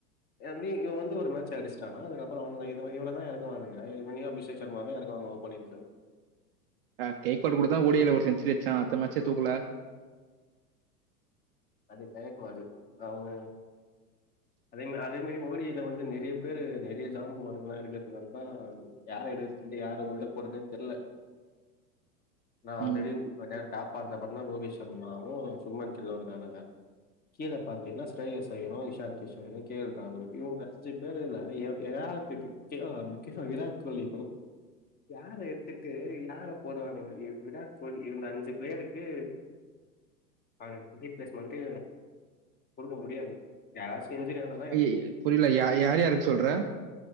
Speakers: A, on the left; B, on the right.
A: எப்டி இவ வந்து ஒரு மேட்ச் அட்ச்ட்டானா அதுக்கப்பறோ இவனதா எறக்குவானுங்க இவனயு அபிஷேக் ஷர்மாவையு எறக்குவாங்க போனிக்கு
B: ஆ கேக்கடூடுதா ஒடில ஒரு செஞ்சுரி அட்ச்சா அத்த மேச்சே தூக்கல
A: அது கயக்வாடு அவுங்க அதே மா அதே மாரி மோடியில வந்து நெறைய பேரு நெறைய ஜாம்புவானுங்ககெல்லா இருக்கறதுனால தா யார எடு வன்ட்டு யாரு உள்ள போறதே தெர்ல நா ஆல்ரெடி
B: ம்.
A: டாப்பா இர்க்ல பாத்தினா ரோகேஷ் சர்மாவு சும்மன் கில்லரு கானுங்க கீழ பாத்தீன்னா ஸ்ரேயசையரு, இஷான் கிஷனு, கே எல் பேமடு இவுங்க அஞ்சு பேர்ல எராத்துக்கு கேவா வந்து விராட் கோலி யாரு எத்துட்டு யார போடுவானுங்க விராட் கோலி இந்த அஞ்சு பேருக்கு அஞ்சு ப்ளேஸ்மன்டு கொடுக்க முடியாது யாரா செஞ்சுரி வாங்னா
B: அய்யய் புரில யார் யாருக்கு சொல்ற